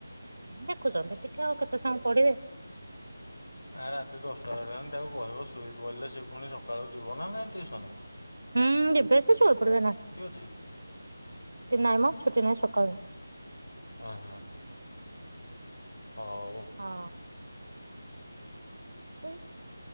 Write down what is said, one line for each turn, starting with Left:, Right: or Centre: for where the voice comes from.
Right: ଦେଖୁଛନ୍ତି ଟିକେ ଆଉ କେତେ ସମୟ ପଢୀବେ।
Left: ଆ ରାତି ଦଶଟା ବିଯିଲାଣି ତାକୁ କହିବ ଶୋଇ ପଡ଼ିଲେ ସେ ପୁଣି ସକାଳୁ ଯିବ ନା ନାଇଁ ଡିଉସନ।
Right: ହୁଁ ଏବେ ସେ ସୋଇ ପଡିବ ନା
Left: ଅଛି
Right: ନାଇଁ ମ ଛୁଟି ନାଇଁ ସକାଳୁ।
Left: ଓ ହେଁ ହଉ।
Right: ହଁ। ହୁଁ।